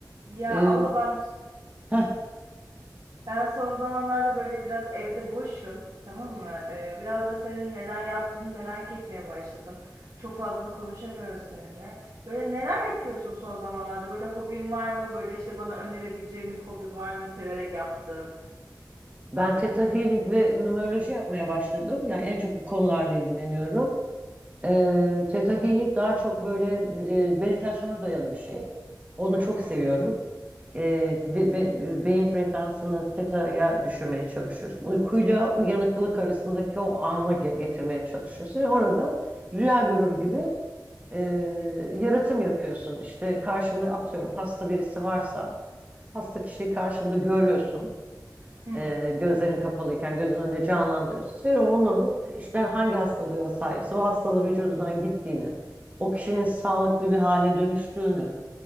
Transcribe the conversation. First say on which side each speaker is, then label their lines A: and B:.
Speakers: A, on the right; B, on the right.
A: Ya
B: Ee,
A: abla ben
B: heh,
A: ben son zamanlarda böyle biraz evde boşum tamam mı? Ee, biraz da senin neler yaptığını merak etmeye başladım. Çok fazla da konuşamıyoruz seninle. Böyle neler yapıyorsun son zamanlarda? Böyle hobin var mı? Böyle işte bana önerebileceğin bir hobi var mı? Severek yaptığın.
B: ben Theta Healing ve numeroloji yapmaya başladım. Yani en çok bu konularla ilgileniyorum. Ee, Theta Healing daha çok böyle e, meditasyona dayalı bir şey. Onu
A: Hı
B: çok
A: hı.
B: seviyorum. Ee, be- be- beyin frekansını theta'ya düşürmeye çalışıyorsun. Uykuyla uyanıklılık arasındaki o ana ge- getirmeye çalışıyorsun. Ve orada rüya görür gibi e, yaratım yapıyorsun. İşte karşında atıyorum hasta birisi varsa hasta kişiyi karşında görüyorsun.
A: Hı hı.
B: e, gözlerin kapalıyken gözün önünde canlandırıyorsun. Sonra onun işte hangi hastalığa sahipse o hastalığın vücudundan gittiğini, o kişinin sağlıklı bir hale dönüştüğünü,